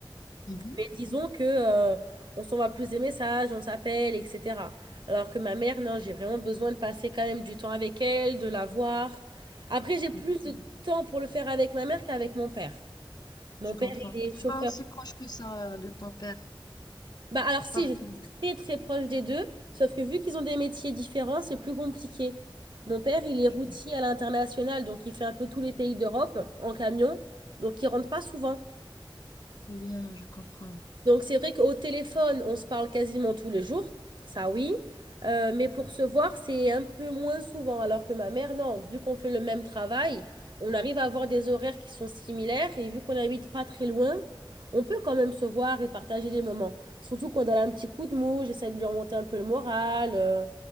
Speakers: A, on the left (about 50°); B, on the right (about 60°).
A: Mhm.
B: Mais disons que euh, on s'envoie plus des messages, on s'appelle, etc. Alors que ma mère, non, j'ai vraiment besoin de passer quand même du temps avec elle, de la voir. Après, j'ai plus
A: Merci.
B: de temps pour le faire avec ma mère qu'avec mon père. Mon
A: Je
B: père,
A: comprends.
B: il est
A: T'es
B: chauffeur.
A: pas aussi proche que ça euh, de ton père.
B: Bah alors si,
A: Pas vraiment.
B: je suis très très proche des deux, sauf que vu qu'ils ont des métiers différents, c'est plus compliqué. Mon père, il est
A: Je-
B: routier à l'international, donc il fait un peu tous les pays d'Europe en camion, donc il rentre pas souvent.
A: Eh bien, je comprends.
B: Donc c'est vrai qu'au téléphone, on se parle quasiment tous les jours, ça oui, Euh, mais pour se voir, c'est un peu moins souvent, alors que ma mère, non, vu qu'on fait le même travail, on arrive à avoir des horaires qui sont similaires, et vu qu'on n'habite pas très loin, on peut quand même se voir et partager des moments. Surtout quand elle a un petit coup de mou, j'essaie de lui remonter un peu le moral. euh.